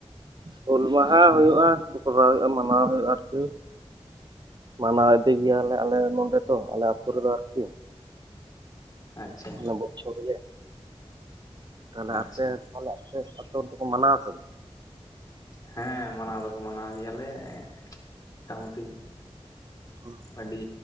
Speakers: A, on the right; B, on the left.
A: ᱦᱩᱞ ᱢᱟᱦᱟ ᱦᱩᱭᱩᱜᱼᱟ, <unintelligible> ᱠᱚᱨᱟᱣ ᱦᱩᱭᱩᱜᱼᱟ ᱢᱟᱱᱟᱣ ᱦᱩᱭᱩᱜᱼᱟ ᱟᱨᱠᱤ ᱢᱟᱱᱟᱣ ᱤᱫᱤ ᱜᱮᱭᱟᱞᱮ, ᱟᱞᱮ ᱱᱚᱸᱰᱮ ᱫᱚ, ᱟᱞᱮ ᱟᱹᱛᱩ ᱨᱮᱫᱚ ᱟᱨᱠᱤ
B: ᱟᱪᱪᱷᱟ
A: ᱟᱞᱮ ᱵᱚᱜᱪᱷᱚᱫᱽ <unintelligible> ᱜᱮ ᱾ ᱛᱟᱦᱚᱞᱮ
B: ᱟᱪᱪᱷᱟ
A: ᱟᱯᱮ, ᱛᱟᱦᱚᱞᱮ ᱟᱯᱮ ᱟᱹᱛᱩ ᱨᱮ ᱫᱚ ᱠᱚ, ᱢᱟᱱᱟᱣᱟ ᱥᱮ ᱵᱟᱝ?
B: ᱦᱮᱸ ᱢᱟᱱᱟᱣ ᱫᱚᱠᱚ, ᱢᱟᱱᱟᱣ ᱜᱮᱭᱟᱞᱮ, ᱢᱚᱴᱟᱢᱩᱴᱤ ᱾
A: ᱦᱮᱸ <inaudible>
B: ᱟᱹᱰᱤ